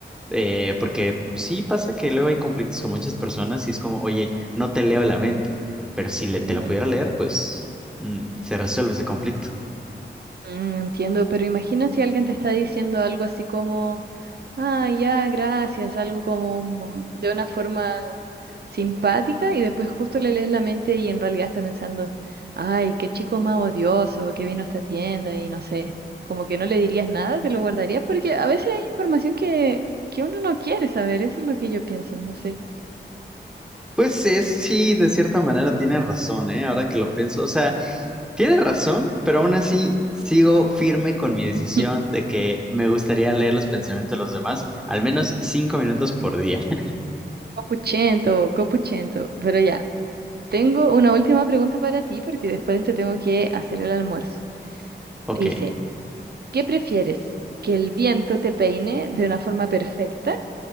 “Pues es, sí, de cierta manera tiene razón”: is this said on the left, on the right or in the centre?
Centre